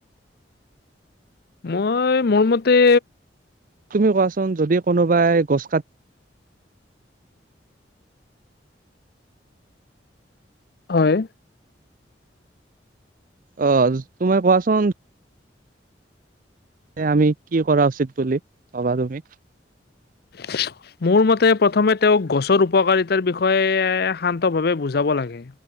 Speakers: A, on the left; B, on the right.
A: মই মোৰ মতে
B: তুমি কোৱাচোন যদি কোনোবাই গছ কাত
A: হয়
B: অ তুমি কোৱাচোন? আমি কি কৰা উচিত বুলি ভাবা তুমি।
A: <inaudible> মোৰ মতে প্ৰথমে তেওঁক গছৰ উপকাৰিতাৰ বিষয়ে শান্ত ভাৱে বুজাব লাগে।